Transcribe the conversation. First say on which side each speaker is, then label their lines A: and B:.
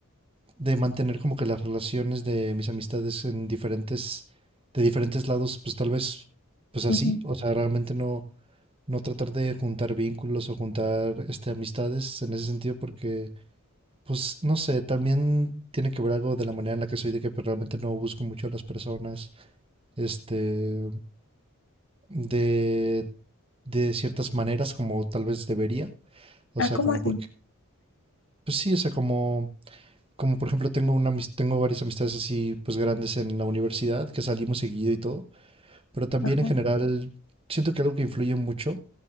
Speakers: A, on the right; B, on the left.
A: de mantener como que las relaciones de mis amistades en diferentes, de diferentes lados, pues tal vez, pues así,
B: Ujú.
A: o sea, realmente no, no tratar de juntar vínculos o juntar, este, amistades en ese sentido, porque, pues, no sé, también tiene que ver algo de la manera en la que soy, de que pues, realmente no busco mucho a las personas, este, de, de ciertas maneras como tal vez debería, o
B: Ah,
A: sea,
B: ¿cómo
A: como
B: así?
A: porque, pues sí, o sea, como como por ejemplo tengo una amis- tengo varias amistades así pues grandes en la universidad que salimos seguido y todo, pero también
B: Ajá,
A: en general siento que algo que influye mucho